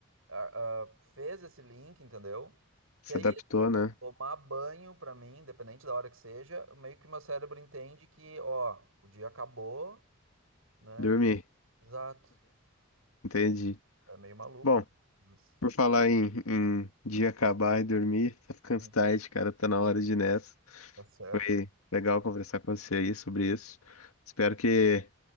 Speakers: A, on the right (about 75°); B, on the left (about 90°).
A: ah, ah, fez esse link, entendeu? Que
B: se
A: é
B: adaptou,
A: isso,
B: né?
A: tomar banho pra mim, independente da hora que seja, meio que o meu cérebro entende que, ó, o dia acabou, né?
B: Dormir,
A: Exato.
B: entendi.
A: É meio maluco,
B: Bom,
A: né? Mas,
B: por falar em, em dia acabar e dormir, <laughs> tá ficando
A: hum,
B: tarde, cara, tá na hora de ir nessa.
A: tá certo.
B: Foi legal conversar com você aí sobre isso. Espero que